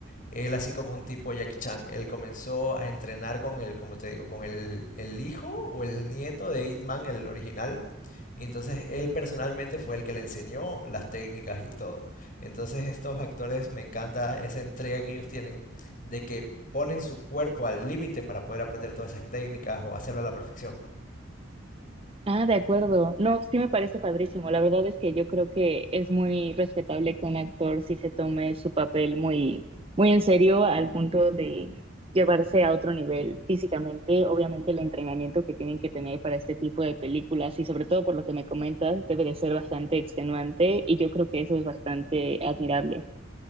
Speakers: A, on the left; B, on the right.
A: él así como un tipo Jackie Chan, él comenzó a entrenar con el, como te digo, con el, el hijo o el nieto de Ip Man, el original, y entonces él personalmente fue el que le enseñó las técnicas y todo. Entonces estos actores me encanta esa entrega que ellos tienen de que ponen su cuerpo al límite para poder aprender todas esas técnicas o hacerlo a la perfección.
B: Ah, de acuerdo. No, sí me parece padrísimo. La verdad es que yo creo que es muy respetable que un actor sí se tome su papel muy, muy en serio al punto de llevarse a otro nivel físicamente. Obviamente el entrenamiento que tienen que tener para este tipo de películas y sobre todo por lo que me comentas, debe de ser bastante extenuante y yo creo que eso es bastante admirable.